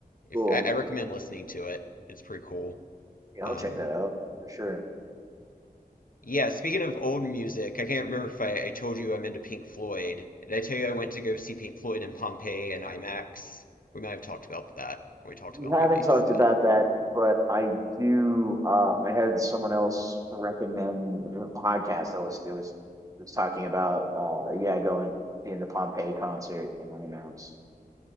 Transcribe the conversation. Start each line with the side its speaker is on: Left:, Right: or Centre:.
Left: if
Right: Cool.
Left: I, I recommend listening to it, it's pretty cool.
Right: Yeah, I'll
Left: Um,
Right: check that out for sure.
Left: yeah, speaking of old music, I can't remember if I, I told you I'm into Pink Floyd. Did I tell you I went to go see Pink Floyd in Pompeii and IMAX? We might have talked about that when we talked
Right: We
Left: about
Right: haven't
Left: movies,
Right: talked
Left: but
Right: about that, but I do. Uh, I had someone else recommend the podcast I listened to was was talking about uh, yeah going being the Pompeii concert in IMAX.